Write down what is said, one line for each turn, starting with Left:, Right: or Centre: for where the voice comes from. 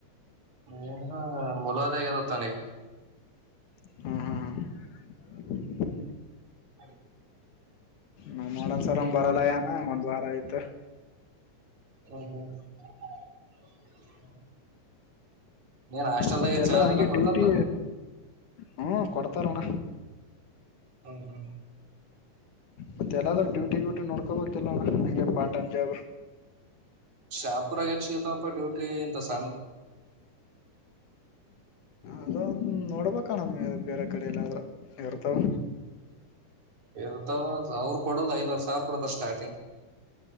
Right: ಏನ ಮುಲಾದಿ ಆಗೇದತ್ತನಿಗೆ.
Left: ಹ್ಮ್ ಹ್ಮ್ ಹ್ಮ್.
Right: ಹ
Left: ನಮ್ಮ ವಾಡನಸರ ಬರಲ್ಲಾಗೆನ ಒಂದ್ ವಾರ ಆಯ್ತ.
Right: ಹ್ಮ್ <unintelligible> ಏನ್ ಹಾಸ್ಟೆಲ್ದಾಗ
Left: ಮತ್ತೆ ಎಲ್ಲ
Right: ಚಾ ಅದೆಲ್ಲ
Left: ಹಂಗೆ
Right: ಕೊಡ್ತಾರಲ್ಲ
Left: ಡ್ಯೂಟಿ ಹ್ಮ ಕೊಡ್ತರಣ್ಣ.
Right: ಹ್ಮ್ ಹ್ಮ್.
Left: ಮತ್ತೆ ಎಲ್ಲಾದ್ರೂ ಡ್ಯೂಟಿ ಗ್ಯೂಟಿ ನೋಡ್ಕೋಬೆಕಿಲ್ಲಾಣ್ಣ ಅಂಗೆ ಪಾರ ಟಾಯ್ಯಮ ಜಾಬ್.
Right: ಶಾಪುರಾಗ ಎಲ್ಲೀ ಸಿಗತವಪ್ಪ ಡ್ಯೂಟಿ ಇಂತಸ.
Left: ಅದೊಂದ್ ನೋಡ್ಬೇಕ. ಕಣಮ್ಮ ಬೇರೆ ಕಡೆ ಎಲ್ಲಾದ್ರೂ ಇರ್ತಾವ.
Right: ಇರತಾವ ಅವ್ರು ಕೊಡುದು ಐದಾರು ಸಾವಿರ ಕೊಡತಾ ಸ್ಟಾ